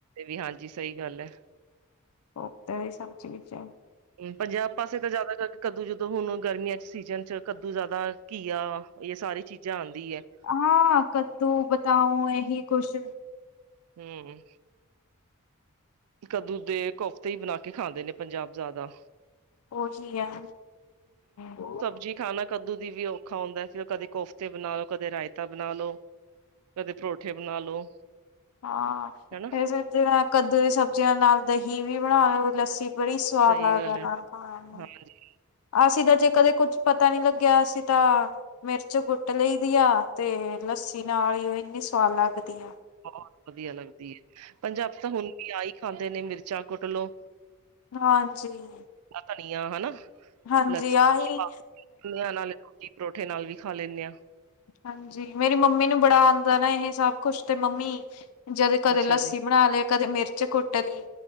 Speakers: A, on the right; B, on the left.
A: ਵੀ ਹਾਂਜੀ ਸਹੀ ਗੱਲ ਐ।
B: ਉਥੇ ਵੀ ਸਮਝ ਵਿੱਚ ਐ
A: ਪੰਜਾਬ ਪਾਸੇ ਤਾਂ ਜ਼ਿਆਦਾ ਕਰਕੇ ਕੱਦੂ, ਜਦੋਂ ਹੁਣ ਗਰਮੀਆਂ ਚ ਸੀਜਨ ਚ ਕੱਦੂ ਜਿਆਦਾ ਘੀਆ ਇਹ ਸਾਰੀ ਚੀਜ਼ਾਂ ਆਦੀ ਐ <unintelligible>
B: ਹਾਂ ਕੱਦੂ ਬਤਾਊ ਇਹੀ ਕੁਛ
A: ਹੂੰ, ਕੱਦੂ ਦੇ ਕੋਫਤੇ ਹੀ ਬਣਾ ਕੇ ਖਾਂਦੇ ਨੇ ਪੰਜਾਬ ਜ਼ਿਆਦਾ
B: ਉਹੀ ਐ ਔ
A: ਜੀ ਖਾਣਾ ਕੱਦੂ ਦੀ ਵੀ ਔਖਾ ਹੁੰਦਾ ਫੇਰ ਉਹ ਕਦੇ ਕੋਫਤੇ ਬਣਾ ਲੋ ਕਦੇ ਰਾਇਤਾ ਬਣਾਲੋ। ਕਦੇ ਪਰੋਠੇ ਬਣਾ ਲੋ
B: ਹਾਂ
A: ਹਨਾ।
B: ਵੈਸੇ ਕੱਦੂ ਦੀ ਸਬਜ਼ੀਆਂ ਨਾਲ ਦਹੀਂ ਵੀ ਬਣਾ ਲਓ ਲੱਸੀ ਬੜੀ ਸਵਾਦ
A: ਸਹੀ
B: ਲੱਗਦਾ
A: ਗੱਲ ਹੈ
B: ਨਾ ਖਾਣ ਨੂੰ
A: ਹਾਂਜੀ
B: ਅਸੀਂ ਤਾਂ ਜੇ ਕਦੇ ਕੁੱਛ ਪਤਾ ਨੀ ਲੱਗਿਆ ਅਸੀਂ ਤਾਂ ਮਿਰਚ ਕੁੱਟ ਲਈ ਦੀ ਐ ਤੇ ਲੱਸੀ ਨਾਲ ਹੀ ਇਨੀ ਸਵਾਦ ਲੱਗਦੀ ਐ।
A: ਬਹੁਤ ਵਧੀਆ ਲੱਗਦੀ ਐ ਪੰਜਾਬ ਤਾਂ ਹੁਣ ਵੀ ਆ ਹੀ ਖਾਂਦੇ ਨੇ ਮਿਰਚਾਂ ਕੁੱਟ ਲੋ
B: ਹਾਂਜੀ
A: ਧਨੀਆ, ਹਨਾ।
B: ਹਾਂਜੀ
A: ਲੱਸੀ
B: ਆਹੀ,
A: ਚ ਪਾ ਨਿਆਂ ਨਾਲ ਰੋਟੀ ਪਰੌਠੇ ਨਾਲ ਵੀ ਖਾ ਲੈਂਨੇ ਆ,
B: ਹਾਂਜੀ ਮੇਰੀ ਮੰਮੀ ਨੂੰ ਬੜਾ ਆਦਾ ਨਾ ਇਹ ਸਭ ਕੁਛ ਤੇ ਮੰਮੀ ਜਦੋਂ ਕਦੇ
A: ਅੱਛਾ
B: ਲੱਸੀ
A: ਜੀ
B: ਬਣਾ ਲਏ ਕਦੇ ਮਿਰਚ ਕੁੱਟ ਲਈ,